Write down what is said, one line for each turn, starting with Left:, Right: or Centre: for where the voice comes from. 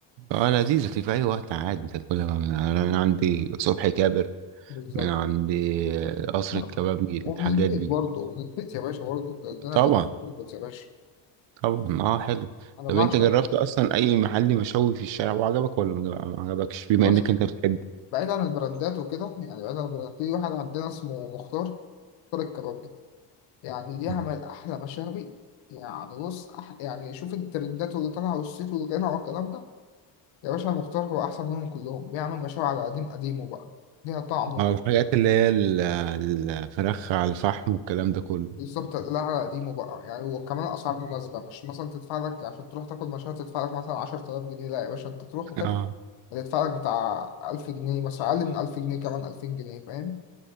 Right: اه لذيذة في أي وقت عادي أنت تاكلها بقى من أنا من عندي صبحي كابر
Left: بالظبط
Right: من عندي قصر
Left: لا
Right: الكبابجي الحاجات
Left: ومن البيت
Right: دي
Left: برضه من البيت يا باشا برضه ده أنا
Right: طبعا
Left: كنت في البيت يا باشا
Right: طبعا اه حلو
Left: أنا
Right: طب
Left: بعشق
Right: أنت جربت أصلا أي محل مشوي في الشارع وعجبك ولا ما ما عجبكش بما
Left: بص
Right: إنك أنت بتحب
Left: بعيد عن البراندات وكده يعني بعيد عن البراندات في واحد عندنا اسمه مختار مختار الكباب دي يعني بيعمل
Right: <laughs>
Left: أحلى مشاوي يعني بص أح... يعني شوف الترندات واللي طالعة والصيت والغنى والكلام ده يا باشا مختار هو أحسن منهم كلهم بيعمل مشاوي على قديم قديمه بقى ليها طعم
Right: اه الحاجات اللي هي ال- الفراخ على الفحم والكلام ده كله
Left: بالظبط لا على قديمه بقى يعني وكمان اسعار مناسبه مش مثلا تدفع لك عشان تروح تاكل مشروع تدفع لك مثلا 10000 جنيه لا يا باشا انت تروح وتاكل
Right: اه
Left: هتدفع لك بتاع 1000 جنيه مثلا اقل من 1000 جنيه كمان 2000 جنيه فاهم